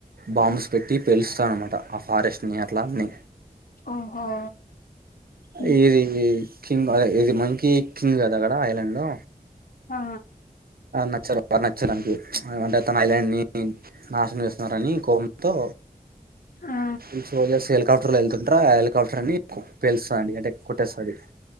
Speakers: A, on the right (about 75°); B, on the left (about 65°).
A: బాంబ్స్ పెట్టి పెలుస్తాన అనమాట ఆ ఫారెస్ట్ నర్లానే
B: ఓహో ఉమ్
A: ఇరి కింగ్ అదే ఇది మకి కింగ్ కద అక్కడ ఐలాండ్ లో
B: ఆ
A: నచ్చారు నచ్చడానికి అంటే తన ఐలాండ్ ని నాశనం చేస్త నారాణీ కంంతో
B: ఆ
A: ఇ హెలీకాప్టర్లో డ్రాల్ టర్ అని పలుస్తాం అంటే కోటేశ్వరి